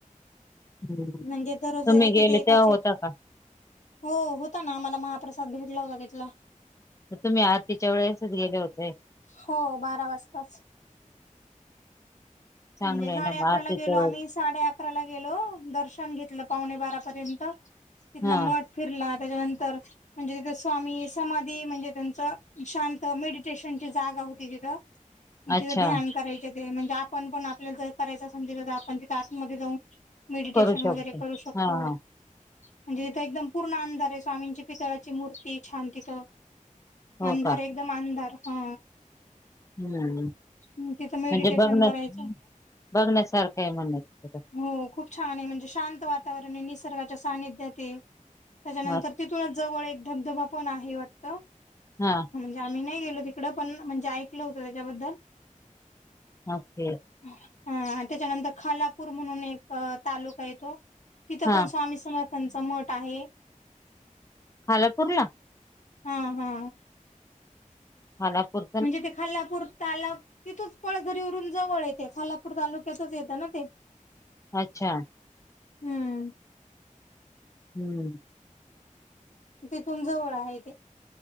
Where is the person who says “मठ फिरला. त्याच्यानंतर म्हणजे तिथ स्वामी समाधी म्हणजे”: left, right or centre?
Left